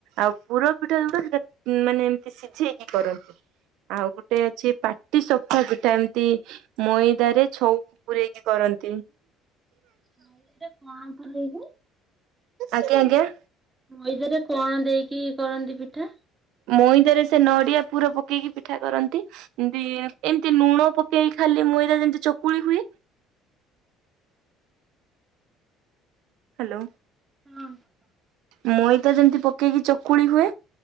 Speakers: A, on the right; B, on the right.
A: ଆଉ ପୁର ପିଠା ଯୋଉଟା ସେଟା ମାନେ ଏମ୍‌ତି ସିଝେଇକି କରନ୍ତି ଆଉ ଗୁଟେ ଅଛି ପାଟି ସଫା ପିଟା ଏମ୍‌ତି ମୋଇଁଦାରେ ଛଉଁ ପୂରେଇକି କରନ୍ତି
B: ନଇ ରେଡ୍ କଣ ପୁଲେଇବୁ
A: ଆଜ୍ଞା ଆଜ୍ଞା
B: ମଇଦାରେ କଣ ଦେଇକି କରନ୍ତି ପିଠା
A: ମୋଇଁଦାରେ ସେ ନଡିଆପୁର ପକେଇଗି ପିଠା କରନ୍ତି ଇନ୍ଦିଏ ଏମ୍‌ତି ନୁଣ ପକେଇଗ୍ ଖାଲି ମଇଦା ଯେମ୍‌ତି ଚକୁଳି ହୁଏ ହାଲୋ
B: ଅଁ ପାପା
A: ମଇଦା ଯେମ୍‌ତିି ପକେଇଗି ଚକୁଳି ହୁଏ